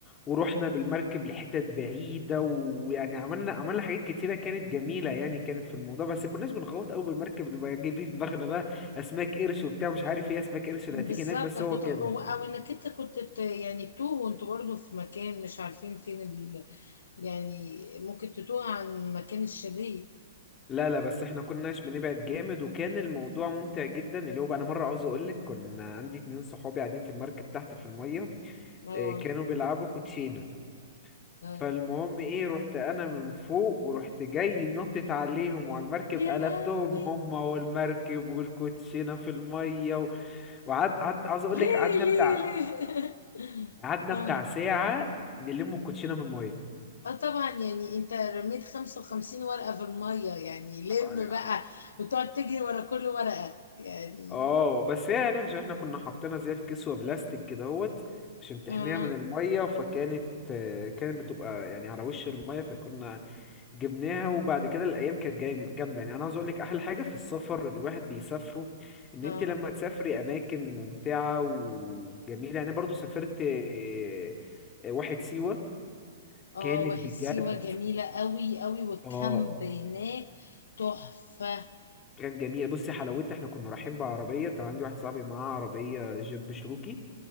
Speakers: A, on the left; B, on the left.
A: ورحنا بالمركب لحتت بعيدة ويعني عملنا عملنا حاجات كتيرة كانت جميلة يعني كانت في الموضوع بس كناش بنغوط قوي بالمركب نبقى جايبين في دماغنا بقى أسماك قرش وبتاع مش عارف ايه أسماك قرش اللي
B: بالظبط
A: هتيجي هناك بس
B: كنت
A: هو كده
B: او أو انك انت كنت ت- يعني تتوه وانتوا برضه في مكان مش عارفين فين يعني ممكن تتوه عن مكان الشاليه
A: لا لا بس احنا كناش بنبعد جامد وكان الموضوع ممتع جدا اللي هو بقى أنا مرة عاوز أقولك كنا عندي اتنين صحابي قاعدين في المركب تحت في المية
B: اه
A: آه، كانوا بيلعبوا كوتشينة
B: اه
A: فالمهم ايه رحت انا من فوق ورحت جاي نطت عليهم وعلى المركب
B: يا
A: قلبتهم
B: لهوي
A: هما والمركب والكوتشينه في الميه و... وقعد قعد... عاوز اقول
B: ليه
A: لك قعدنا
B: ليه
A: بتاع
B: ليه <laughs>
A: قعدنا
B: اه
A: بتاع ساعه نلم الكوتشينه من
B: اه طبعا يعني انت رميت 55 ورقة في المية يعني لم
A: الميه
B: بقى وتقعد تجري ورا كل ورقة يعني
A: اه بس هي يعني عشان احنا كنا حاطينها زي في كسوة بلاستيك كدهوت عشان تحميها
B: اه
A: من المية فكانت آه، كانت بتبقى يعني على وش المية فكنا جبناها وبعد كده الايام كانت جاي جامده يعني انا عاوز اقول لك احلى حاجه في السفر اللي الواحد بيسافره ان
B: اه
A: انت لما تسافري اماكن ممتعه وجميله يعني انا برضو سافرت آه، آه، واحد سيوه
B: اه
A: كانت
B: واحد
A: بجد
B: سيوة جميلة قوي قوي والكامب
A: اه
B: هناك تحفة
A: كانت جميله بصي حلاوتها احنا كنا رايحين بعربيه كان عندي واحد صاحبي معاه عربيه جيب شروكي